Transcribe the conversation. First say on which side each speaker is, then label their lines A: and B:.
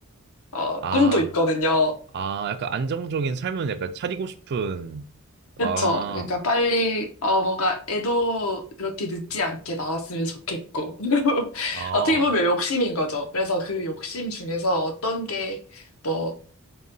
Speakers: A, on the left; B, on the right.
A: 어,
B: 아,
A: 꿈도 있거든요.
B: 아, 약간 안정적인 삶은 약간 차리고 싶은
A: 그쵸.
B: 아,
A: 그러니까 빨리, 어, 뭔가 애도 그렇게 늦지 않게 나왔으면 좋겠고. <laughs>
B: 아,
A: 어떻게 보면 욕심인 거죠. 그래서 그 욕심 중에서 어떤 게 뭐,